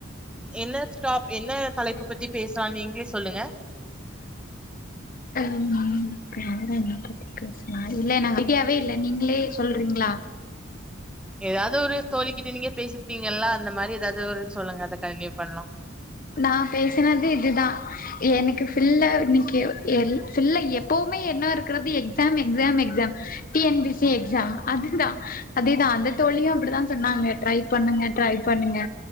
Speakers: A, in the centre; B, on the left.
A: என்ன ஸ்டாப் என்ன தலைப்ப பத்தி பேசுலான்னு நீங்களே சொல்லுங்க
B: ம் வேற என்ன பத்தி பேசலா இல்ல நா ஐடியாவே இல்ல நீங்களே சொல்றிங்ளா
A: ஏதாவது ஒரு தோழிக்கிட்ட நீங்க பேசிருப்பீங்கல்லா அந்த மாரி ஏதாவது ஒரு சொல்லுங்க அத கண்டினியூ பண்ணலா
B: நா பேசுனது இதுதா எனக்கு ஃபில்லா இன்னைக்கு எல் ஃபில்லா எப்பவுமே என்னா இருக்கறது exam exam exam T N P C exam அதுதா அதுதா அந்த தோழியு அப்படிதா சொன்னாங்க ட்ரை பண்ணுங்க ட்ரை பண்ணுங்க